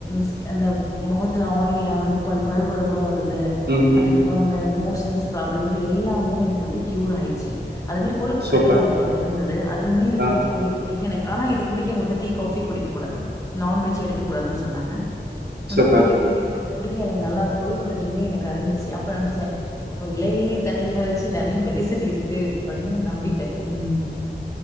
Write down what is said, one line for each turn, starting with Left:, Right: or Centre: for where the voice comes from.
Left: ஸ் அந்த மொகத்துல ஆயிலா அந்த பல் பரு பருவா வரது
Right: ம் ம்
Left: அதுக்கப்புறே
Right: ம்
Left: அந்த மோஷன்ஸ் ப்ராப்ளம் இது எல்லாமே எனக்கு வந்து கியூர் ஆயிடுச்சு அது மாறி கொழுப்பு
Right: சூப்பர்
Left: கட்டி எனக்கு ஒன்னு இருந்தது அதுவுமே இது
Right: ஆ
Left: குடிக்க குடிக்க குடிக்க எனக்கு ஆனா இது குடிக்கம் போது டீ காஃபி குடிக்ககூடாது நன்வெஜ் எடுக்கக் கூடாதுன்னு சொன்னாங்க அந்த
Right: சூப்பர்
Left: குடிக்க குடிக்க குடிக்க குடிக்க எனக்கு நல்லா அந்த கொழுப்பு கட்டியுமே எனக்கு கரஞ்சிருச்சு அப்ப நெனச்ச அப்ப இலை தலைகள வ வச்சு நெறய மெடிசன் இருக்கு அப்டின்னு நம்பிட்டே ம்